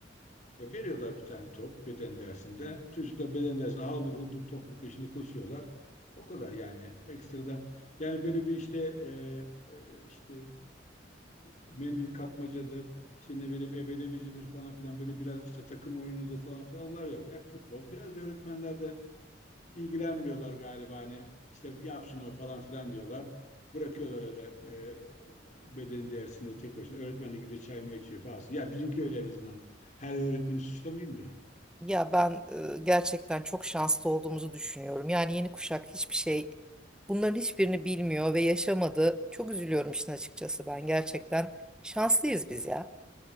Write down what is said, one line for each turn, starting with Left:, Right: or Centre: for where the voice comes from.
Left: ya veriyorlar bir tane top beden dersinde. Çocuklar beden dersinde haldır huldur topun peşinde koşuyorlar. O kadar yani ekstradan. Yani böyle bir işte e, e, işte e, mendil kapmacadır, işte ne bileyim ebelemecidir falan filan böyle biraz işte takım oyunudur falan filan onlar yok. Hep futbol. Biraz da öğretmenler de ilgilenmiyorlar galiba hani işte yapsın o falan filan diyorlar. Bırakıyorlar öyle e, bedeni dersinde tek başına. Öğretmen de gidiyor çay mı içiyor bazı. Ya bizimki öyle en azından. Her öğretmeni suçlamayayım da.
Centre: Ya ben e, gerçekten çok şanslı olduğumuzu düşünüyorum. Yani yeni kuşak hiçbir şey bunların hiçbirini bilmiyor ve yaşamadı. Çok üzülüyorum işin açıkçası ben. Gerçekten şanslıyız biz ya.